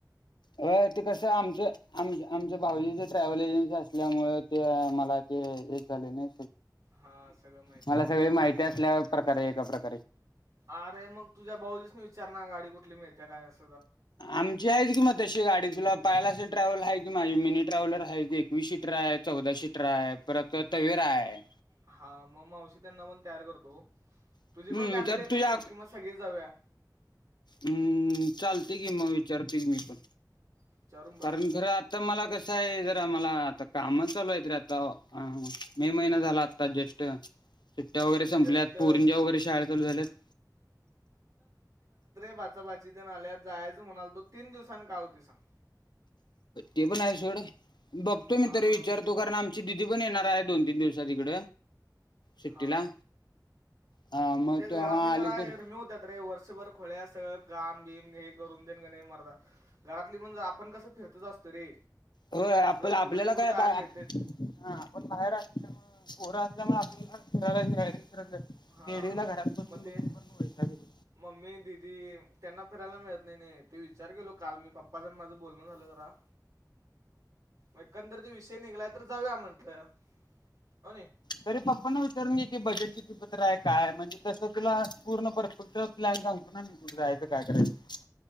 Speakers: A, on the left; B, on the right.
A: अ ते कसं आमच आम आमच भाऊजीचे ट्रॅव्हल एजन्सी असल्यामुळे ते मला ते येत झालय ने.
B: हा सगळं माहिती
A: मला
B: आहे.
A: सगळी माहिती असल्या प्रकारे एका प्रका
B: अरे मग तुझ्या भाऊजीसनी विचारणा गाडी कुठली मिळते काय अस.
A: आमची आहे कि म तशी गाडी तुला पाहायला असेल ट्रॅव्हल आहे. माझी मिनी ट्रॅव्हलर आहे, एकवीस सीटर आहे, चौदा सीटर आहे परत तवेरा आहे.
B: हा मग मावशी त्यांना पण तयार करतो,
A: हम्म
B: तुझी पण फॅमिली
A: विचार
B: येते
A: तुझ्या
B: का बघ की मग सगळीच जाऊया.
A: हम्म. चालते की मग विचारतो घे मी पण.
B: विचारून बघ
A: कारण खरं आता मला कसं आहे ज मला आता काम चालू आहेेत रे आता मे महिना झाला आता जस्ट. सुट्ट्या वगैरे संपल्या
B: जस्ट
A: पोरंजा वगैरे शाळा चालू झाल्यात.
B: भाचा भाची तेन आल्यात जायच म्हणाल तो तीन दिवसांनी का होतय सांग?
A: ते पण आहे सोड बघतो
B: हा
A: मी तरी विचारतो कारण आमची दिदी पण येणार आहे दोन, तीन दिवसात इकड सुट्टीला.
B: हा
A: हा
B: मग तेच
A: तेव्हा
B: घरातली
A: आले
B: जरा
A: तर
B: रिम्यू होत्या रे व भर खुळ्या सगळं काम बीम हे करून तेन की हे मर्दा घरातली आपण कसं फिरतच असतो रे.
A: हो. आप आपल्याला
B: कुठं ना कुठं
A: काय
B: जायला
A: बा
B: मिळतेच
A: आपण बाहेर असल्यामुळ पोर त्यामुळे आपल्याला वेडीला
B: हां
A: घरात बसून
B: मग ते
A: बसून पण वैताग येतो
B: मम्मी दिदी त्यांना फिरायला मिळत नाही नाही ते विचार केेलो काल मी पप्पाचं अन माझं बोलणं झालं जरा एकंदरीत विषय निघलाय तर जाऊया म्हंटल. होण्य.
A: तरी पप्पांनां विचारून घे की बजेट किती पतर आहे काय म्हणजे तसं तुला पूर्ण परफेक्ट प्लॅन सांगतो ना मी कुठं जायचं काय करायचं.